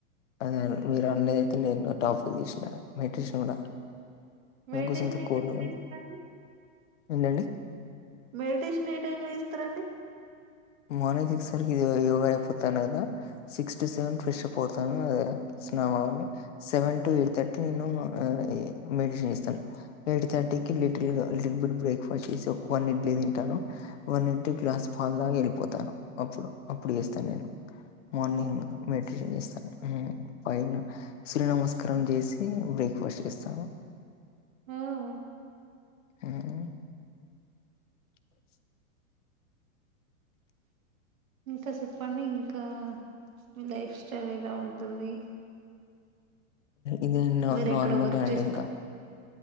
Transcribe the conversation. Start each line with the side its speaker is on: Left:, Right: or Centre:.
Left: అదే అదే మీరు అనేది నేను టాపిక్ తీసినా మెడిటేషన్ కూడా
Right: మెడిటేషన్
Left: అందుకోసం ఇంత
Right: ఏ
Left: కూల్గా
Right: టైంలో చేస్తరండి
Left: ఏంటండి
Right: మెడిటేషన్ ఏ టైంలో చేస్త రండి.
Left: మార్నింగ్ సిక్స్ వరకు యోగా అయిపోతనదే six to seven fresh up అవుతాను స్నానం అండి సెవెన్ టు ఎయిట్ థర్టీ నేను ఆ మెడిటేషన్ చేస్తాను ఎయిట్ థర్టీ కి లిటిల్గా బ్రేక్ఫాస్ట్ చేసి ఒక ఇడ్లీ తింటాను ఒక ఇడ్లీ గ్లాస్ పాలు వెలి పోతాను అప్పుడు అప్పుడు చేస్తా నేను మార్నింగ్
Right: ఓ
Left: మెడిటేషన్ చేస్తాను ఉమ్ పైన సూర్య నమస్కారం చేసి బ్రేక్ఫాస్ట్ చేస్తాను
Right: మ్మ్
Left: హ్మ్ ఆ
Right: ఇంకా చెప్పండి ఇంకా మీ లైఫ్ స్టైల్ ఎలా ఉంటుంది?
Left: ఇది నో
Right: మీరు
Left: నార్మల్
Right: ఎక్కడ వర్క్
Left: అండి
Right: చేస్తారు
Left: ఇంకా